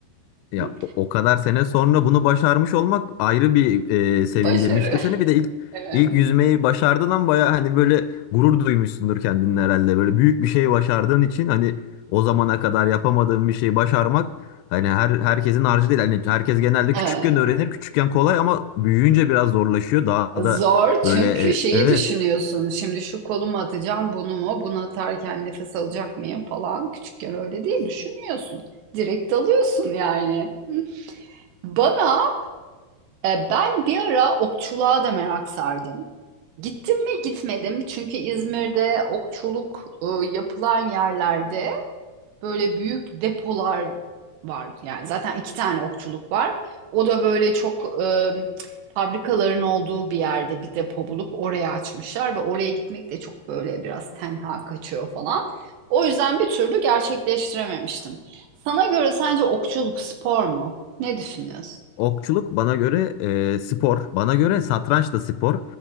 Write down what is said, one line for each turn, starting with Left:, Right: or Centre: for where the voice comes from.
Left: Ya
Right: Hı?
Left: o, o kadar sene sonra bunu başarmış olmak ayrı bir e, sevindirmiştir
Right: Başarı.
Left: seni. Bir de ilk
Right: <laughs> Evet.
Left: ilk yüzmeyi başardığından baya hani böyle gurur duymuşsundur kendinle herhalde. Böyle büyük bir şey başardığın için hani o zamana kadar yapamadığın bir şeyi başarmak hani her herkesin harcı değil. Hani herkes genelde
Right: Evet.
Left: küçükken öğrenir. Küçükken kolay ama büyüyünce biraz zorlaşıyor. Daha
Right: Zor
Left: da
Right: çünkü
Left: böyle e,
Right: şeyi
Left: evet.
Right: düşünüyorsun. Şimdi şu kolumu atacağım bunu mu? Bunu atarken nefes alacak mıyım falan. Küçükken öyle değil düşünmüyorsun. Direkt dalıyorsun yani. Hı. Bana E, Ben bir ara okçuluğa da merak sardım. Gittim mi gitmedim çünkü İzmir'de okçuluk e, yapılan yerlerde böyle büyük depolar var. Yani zaten iki tane okçuluk var. O da böyle çok e, fabrikaların olduğu bir yerde bir depo bulup oraya açmışlar ve oraya gitmek de çok böyle biraz tenha kaçıyor falan. O yüzden bir türlü gerçekleştirememiştim. Sana göre sence okçuluk spor mu? Ne düşünüyorsun?
Left: Okçuluk bana göre e, spor. Bana göre satranç da spor.